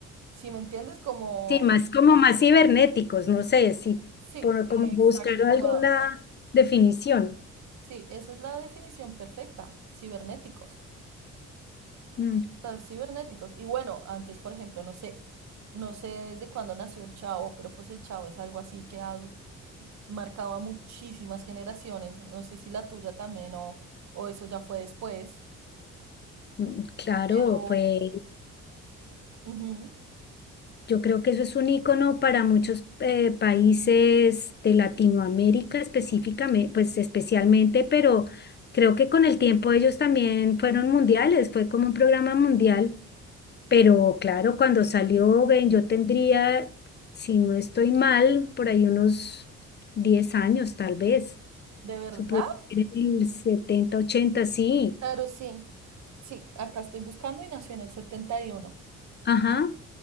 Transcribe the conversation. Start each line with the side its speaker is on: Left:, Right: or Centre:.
Right: si me entiendes? Como,
Left: Sí, más como más cibernéticos, no sé si
Right: sí,
Left: por
Right: exacto,
Left: como buscar alguna
Right: wow.
Left: definición.
Right: Sí, esa es la definición perfecta, cibernéticos.
Left: Mm,
Right: tan cibernéticos. Y bueno, antes, por ejemplo, no sé, no sé desde cuándo nació el Chavo, pero pues el Chavo es algo así que ha marcado a muchísimas generaciones. No sé si la tuya también o, o eso ya fue después,
Left: mm, Claro,
Right: pero
Left: fue,
Right: ujú,
Left: yo creo que eso es un icono para muchos eh, países de Latinoamérica específicamente, pues especialmente, pero creo que con el tiempo ellos también fueron mundiales, fue como un programa mundial, pero claro, cuando salió, ven, yo tendría, si no estoy mal, por ahí unos 10 años tal vez.
Right: ¿De verdad?
Left: Eso podría ser en el setenta ochenta sí.
Right: Claro, sí. Sí, acá estoy buscando y nació en el setenta y uno
Left: Ajá.